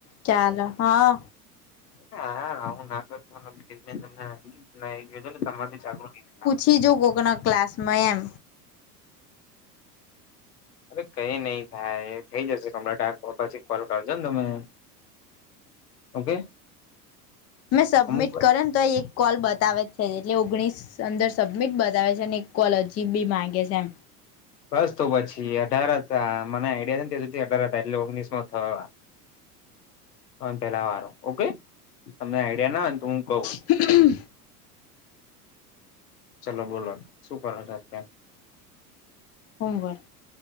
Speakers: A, on the left (about 30°); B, on the left (about 80°).
A: ચાલ હા
B: હાુંમને તમા જાગ
A: ખીજો કોકના ક્લાસમાં એમ
B: અરે કઈ નહીિ થાય થઈ જશે કમળટાર તો પછી કોલ કરજો ને તમે ઓકે
A: મેં સબમિટ
B: અમુક
A: કરો ને તો આ એક કોલ બતાવે જ છે એટલે ઓગણીસ અંદર સબમિટ બતાવે છે અને એક કોલ હજી બી માગે છે એમ
B: બસ તો પછી અઢાર હતા મને આઈડિયા ને ત્યાં સુધી અઢાર હતા એટલે ઓગણીસ માં થવા પેલા વાર ઓકે તમને આઈડિયા ના હોય તો હું કહઉ
A: હ
B: ચલો બોલો શું કરો છ અત્યાં
A: સોમવાર